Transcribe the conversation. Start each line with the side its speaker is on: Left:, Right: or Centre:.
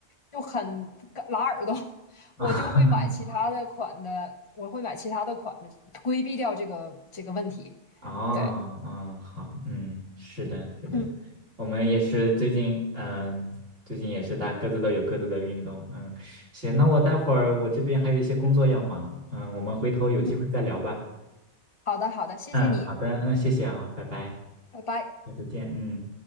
Left: 就很拉耳朵。
Right: <laughs>
Left: 我就会买其他的款的，
Right: 啊，
Left: 我会买其他的款的，规避掉这个这个问题。
Right: 哦，
Left: 对，
Right: 嗯，好，嗯，是的，是的，
Left: 嗯
Right: 我们也是最近，嗯，最近也是大各自都有各自的运动，嗯，行，那我待会儿我这边还有一些工作要忙，嗯，我们回头有机会再聊吧，
Left: 嗯，好的好的，谢谢你，
Right: 嗯，好的，嗯，谢谢啊，拜拜，
Left: 拜拜。
Right: 下次见，嗯。